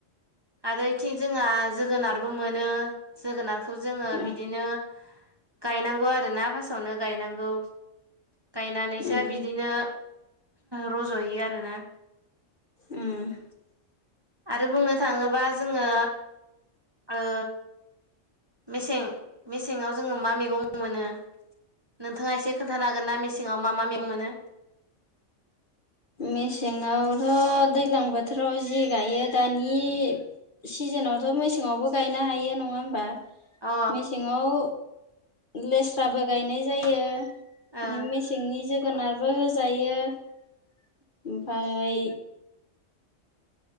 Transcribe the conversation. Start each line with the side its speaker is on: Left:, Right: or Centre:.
Right: आरो इथिं जोंहा जोगोनारबो मोनो जोगोनारखौ जोङो
Left: उम
Right: बिदिनो गायनांगौ आरोना फार्स्टआवनो गायनांगौ गायनानैसो
Left: उम
Right: बिदिनो रज'यो आरोना
Left: उम
Right: आरो बुंनो थाङोबा जोङो ओ मेसें मेसेङाव जोङो मा मैगं मोनो? नोंथाङा एसे खोन्थानो हागोन ना? मेसेङाव मा मा मैगं मोनो।
Left: मेसेङावथ' दैज्लां बोथोराव जि गायो दानि सिजोनावथ' मेसेङावबो गायनो हायो नङा होमबा।
Right: अ
Left: मेसेङाव लेस्राबो गायनाय जायो। बिदिनो
Right: ओ
Left: मेसेंनि जोगोनारबो होजायो ओमफाय